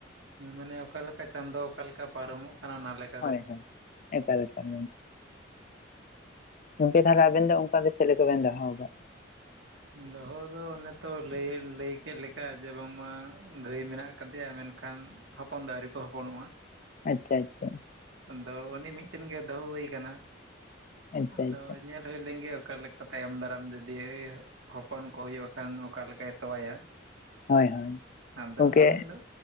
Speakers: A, on the right; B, on the left.
A: ᱦᱩᱸ ᱢᱟᱱᱮ ᱚᱠᱟ ᱞᱮᱠᱟ ᱪᱟᱸᱫᱳ ᱚᱠᱟ ᱞᱮᱠᱟ ᱯᱟᱨᱚᱢᱚᱜ ᱠᱟᱱᱟ ᱚᱱᱟᱞᱮᱠ
B: ᱦᱳᱭ ᱦᱳᱭ᱾ ᱮᱠᱟᱞ ᱮᱠᱟᱞ ᱜᱚᱢᱠᱮ ᱛᱟᱦᱞᱮ ᱟᱵᱮᱱ ᱫᱚ ᱚᱱᱠᱟ ᱫᱚ ᱪᱮᱞᱮ ᱠᱚᱵᱮᱱ ᱫᱚᱦᱚ ᱟᱠᱟᱫ- <inaudible>
A: ᱫᱚᱦᱚ ᱫᱚ ᱱᱮᱛᱚᱜ ᱞᱟᱹᱭ ᱞᱟᱹᱭ ᱠᱮᱫ ᱞᱮᱠᱟ ᱡᱮ ᱵᱟᱝᱢᱟ ᱜᱟᱹᱭ ᱢᱮᱱᱟᱜ ᱟᱠᱟᱫᱮᱭᱟ ᱢᱮᱱᱠᱷᱟᱱ ᱦᱚᱯᱚᱱ ᱫᱚ ᱟᱹᱣᱨᱤ ᱠᱚ ᱦᱚᱯᱚᱱᱚᱜᱼᱟ᱾
B: ᱟᱪᱪᱷᱟ ᱟᱪᱪᱷᱟ᱾
A: ᱟᱫᱚ ᱩᱱᱤ ᱢᱤᱫᱴᱮᱱ ᱜᱮ ᱫᱚᱦᱚ ᱦᱩᱭ ᱠᱟᱱᱟ,
B: ᱟᱪᱪᱷᱟ
A: ᱟᱫᱚ
B: ᱟᱪᱪᱷᱟ
A: ᱧᱮᱞ ᱦᱩᱭ ᱞᱮᱱᱜᱮ ᱚᱠᱟ ᱞᱮᱠᱟ ᱛᱟᱭᱚᱢ ᱫᱟᱨᱟᱢ ᱡᱩᱫᱤ ᱦᱩᱭᱩᱜ ᱾ ᱦᱚᱯᱚᱱ ᱠᱚ ᱦᱩᱭᱩᱜ ᱠᱷᱟᱱ ᱚᱠᱟ ᱞᱮᱠᱟᱭ ᱛᱳᱣᱟᱭᱟ ᱾
B: ᱦᱳᱭ ᱦᱳᱭ
A: ᱟᱫᱚ
B: ᱜᱚᱝᱠᱮ
A: ᱢᱚᱱᱮ ᱫᱚ